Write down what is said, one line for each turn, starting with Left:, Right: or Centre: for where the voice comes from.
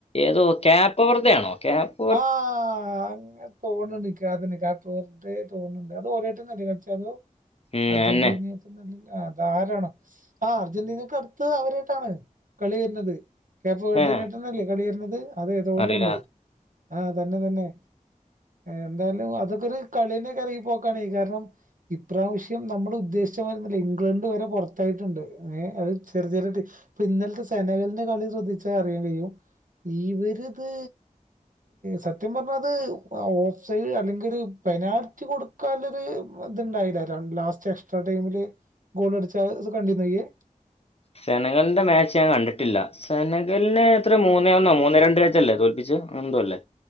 Left: ഏതോ ക്യാപ്പവെർതെ ആണോ ക്യാപ്പ്
Right: ആഹ് അങ്ങൻ തോന്ന്ണ്ടിനിക് അതന്നെ തോണുന്നു കാപോ വെർതെ തോണ്ട് അതോരേട്ടഞല്ലേ കളിച്ചേ അതോ
Left: ഉം
Right: അർജന്റീനെ
Left: അയെന്നെ.
Right: ആരാണ് ആ അർജന്റീനക്ക് അട്ത്തെ അവരേട്ടാണ് കളി വര്ന്നത് കേപോ വെർദെനേട്ടഞ്ഞല്ലേ
Left: ഏഹ്
Right: കളി വര്ണത് അതെ തോണ്ണ്ട്
Left: അറിയില്ല.
Right: ആഹ് തന്നെ തന്നെ എന്തായാലും അതൊക്കെ ഒരു കള്യഞ്ഞെക്കാരം ഈ പോക്കാണെങ്കി കാരണം ഇപ്രാവശ്യം നമ്മൾ ഉദ്ദേശിച്ച മാര്യോന്നല്ല ഇംഗ്ലണ്ട് വരെ പുറത്തായിട്ട്ണ്ട് അത് ചെറി ചെറ്യേ പ്പ ഇന്നൽത്തെ സെനഗളിന്റെ കളി ശ്രദ്ധിച്ച അറിയാൻ കയും ഇവരിത് സത്യം പറഞ്ഞാ അത് ഓഫ്സൈഡ് അല്ലെങ്കില് പെനാൽറ്റി കൊടു കാല്ലത് ത്ണ്ടായില്ല ലാസ്റ്റ് എക്സ്ട്രാ ടൈമില് ഗോൾ അടിച്ചാൽ ഇത് കണ്ടീന്നൊയ്യ്
Left: സെനഗൾന്റെ മാച്ച് ഞാൻ കണ്ടിട്ടില്ല സെനഗലിനെ എത്രെ മൂന്നേ ഒന്നോ മൂന്നേ രണ്ടിനേറ്റല്ലേ തോൽപ്പിച്ച് എന്തോ അല്ലേ